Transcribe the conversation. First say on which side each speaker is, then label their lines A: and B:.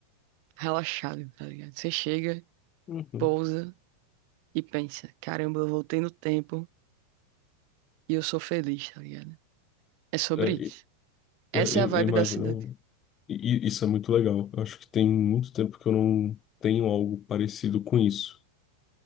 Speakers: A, on the right (about 55°); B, on the left (about 35°).
A: relaxado, tá ligado? Você chega,
B: uhum.
A: pousa e pensa, caramba, eu voltei no tempo e eu sou feliz, tá ligado? É sobre
B: É,
A: isso.
B: É,
A: Essa é
B: Eu,
A: a vibe
B: eu imagino.
A: da cidade.
B: E, e isso é muito legal. Eu acho que tem muito tempo que eu não tenho algo parecido com isso.